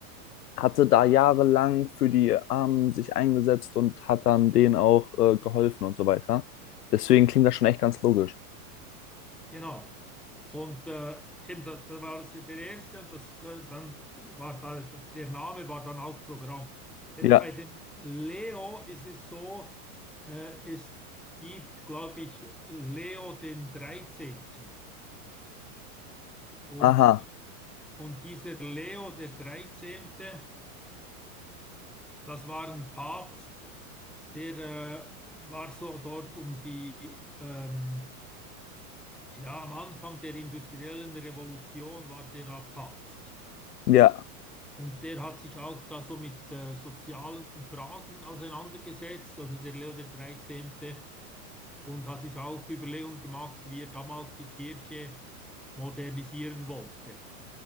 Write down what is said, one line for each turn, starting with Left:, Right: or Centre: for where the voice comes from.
Left: hatte da jahrelang für die Armen sich eingesetzt und hat dann denen auch äh, geholfen und so weiter. Deswegen klingt das schon echt ganz logisch.
Centre: Genau. Und äh, eben, da, da war das der erste und das, äh, dann war da, das, der Name war dann auch Programm. Jetzt
Left: Ja,
Centre: bei dem Leo ist es so, äh, es gibt, glaube ich, Leo den dreizehnten Und,
Left: aha,
Centre: die, und dieser Leo der dreizehnte, das war ein Papst, der äh, war so dort um die, ähm, ja, am Anfang der industriellen Revolution war der da Papst.
Left: ja,
Centre: Und der hat sich auch da so mit äh, sozialen Fragen auseinandergesetzt, also der Leo der Dreizehnte und hat sich auch Überlegungen gemacht, wie er damals die Kirche modernisieren wollte.